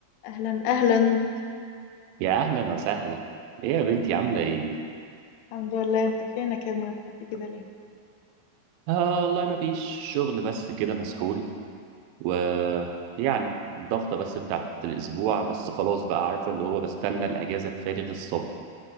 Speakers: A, on the left; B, on the right.
A: اهلا اهلا
B: يا اهلا وسهلا ايه يا بنتي عامله ايه
A: الحمد لله انت فينك يا ابني مختفي كده ليه
B: اه والله ما فيش شغل بس كده مسحول و يعني الضغطه بس بتاعت الاسبوع بس خلاص بقى عارفه اللي هو بستنى الاجازه بفارغ الصبر